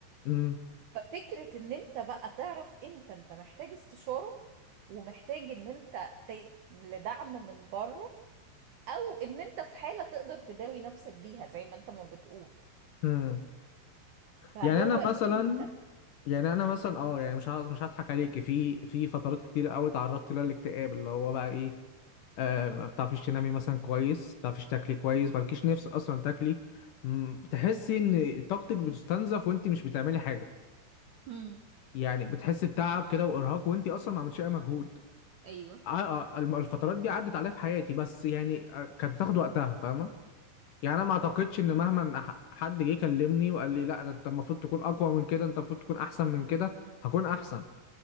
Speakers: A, on the left; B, on the right.
A: امم
B: ففكرة ان انت بقى تعرف امتى انت محتاج استشارة ومحتاج ان انت ت- لدعم من بره او ان انت في حالة تقدر تداوي نفسك بيها زي ما انت ما بتقول
A: أمم. <laughs>
B: فهو
A: يعني انا مثلا
B: انت
A: يعني انا مثلا اه يعني مش عايز- مش هضحك عليك في في فترات كتير قوي تعرضت لها الاكتئاب اللي هو بقى ايه آه، ما بتعرفيش تنامي مثلا كويس ما بتعرفيش تاكلي كويس مالكيش نفس اصلا تاكلي مم، بتحسي ان طاقتك بتستنزف وانت مش بتعملي حاجه
B: امم
A: يعني بتحسي بتعب كده وارهاق وانت اصلا ما عملتش اي مجهود
B: ايوه
A: آه، آه، الم- الفترات دي عدت عليا في حياتي بس يعني آه، كانت بتاخد وقتها فاهمه يعني انا ما اعتقدش ان مهما أح- حد جه كلمني وقال لي لا ده انت المفروض تكون اقوى من كده انت المفروض تكون احسن من كده هكون احسن